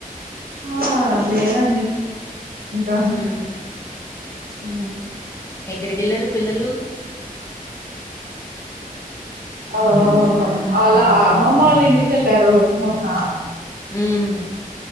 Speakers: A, on the right; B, on the left.
A: ఆ లేరండి ఇంకా
B: మ్మ్
A: అ
B: ఎక్కడికి వెళ్ళరు పిల్లలు
A: ఆ అలా అమ్మమ్మ వాళ్ళ ఇంటికెళ్ళారు మొన్న
B: ఉమ్